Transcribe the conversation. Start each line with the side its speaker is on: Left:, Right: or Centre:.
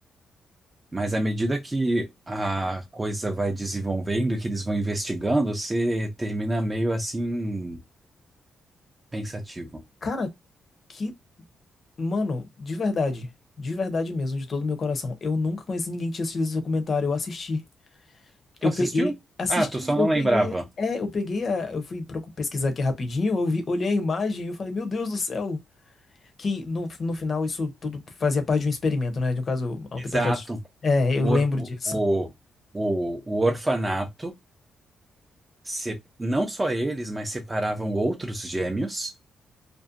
Right: Mas à medida que a coisa vai desenvolvendo, que eles vão investigando, você termina meio assim pensativo.
Left: Cara, que, mano, de verdade, de verdade mesmo, de todo o meu coração, eu nunca conheci ninguém que tinha assistido esse documentário, eu assisti. Eu
Right: Tu assistiu?
Left: peguei, assisti,
Right: Ah, tu só não
Left: eu peguei,
Right: lembrava.
Left: é, eu peguei a, eu fui procu- pesquisar aqui rapidinho, eu vi, olhei a imagem e eu falei, meu Deus do céu, que no, no final isso tudo fazia parte de um experimento, né? De um caso há
Right: Exato.
Left: um tempo atrás. É, eu
Right: Por-
Left: lembro
Right: o,
Left: disso.
Right: o, o, o orfanato, se- não só eles, mas separavam outros gêmeos.